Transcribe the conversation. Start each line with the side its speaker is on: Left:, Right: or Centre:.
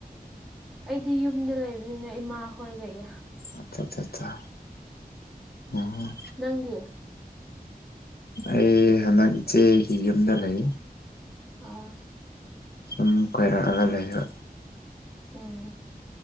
Centre: ꯑꯩꯗꯤ ꯌꯨꯝꯗ ꯂꯩꯕꯅꯤꯅ ꯏꯃꯥ ꯍꯣꯏ ꯂꯩꯅ
Left: ꯑꯆꯥ ꯆꯥ ꯆꯥ ꯎꯝ
Centre: ꯅꯪꯗꯤ
Left: ꯑꯩ ꯍꯟꯗꯛ ꯏꯆꯦꯒꯤ ꯌꯨꯝꯗ ꯂꯩ
Centre: ꯑꯣ
Left: ꯁꯨꯝ ꯀꯣꯏꯔꯛꯑꯒ ꯂꯩꯕ
Centre: ꯎꯝ